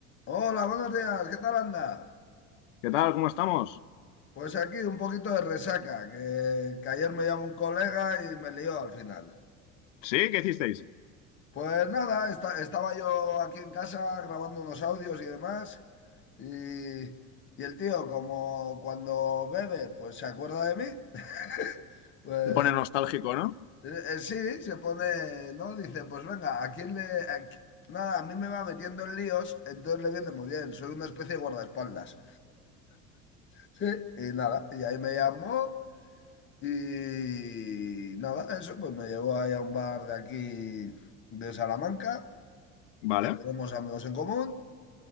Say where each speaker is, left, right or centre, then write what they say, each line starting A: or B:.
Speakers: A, on the left; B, on the left.
A: Hola, buenos días, ¿qué tal andas?
B: ¿Qué tal? ¿Cómo estamos?
A: Pues aquí un poquito de resaca, que, que ayer me llamó un colega y me lió al final.
B: ¿Sí? ¿Qué hicisteis?
A: Pues nada, esta- estaba yo aquí en casa grabando unos audios y demás, y, y el tío, como cuando bebe, pues se acuerda de mí, <laughs> pues
B: Te pone nostálgico, ¿no?
A: eh, eh, sí, se pone, ¿no? Dice, pues venga, ¿a quién le...? a qui- Nada, a mí me va metiendo en líos, entonces le viene muy bien, soy una especie de guardaespaldas. Sí, y nada, y ahí me llamó. Y nada, eso pues me llevó ahí a un bar de aquí, de Salamanca,
B: Vale,
A: que tenemos amigos en común.